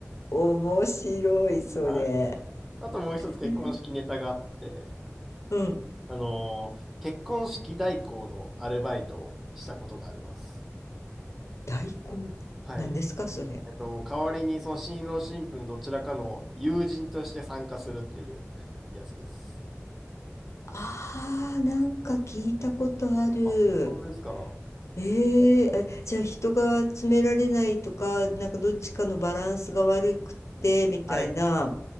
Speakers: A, on the left; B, in the centre.
A: 面白い、それ。
B: はい。あともう一つ結婚式ネタがあって、
A: へえうん。
B: あの、結婚式代行のアルバイトをしたことがあります。
A: 代行。
B: はい。
A: なんですか、それ。
B: えっと、代わりにその新郎新婦のどちらかの友人として参加するっていうやつです。
A: ああ、なんか聞いたことある。
B: あ、本当ですか
A: ええあじゃあ人が詰められないとか、なんかどっちかのバランスが悪くてみたいな
B: はい。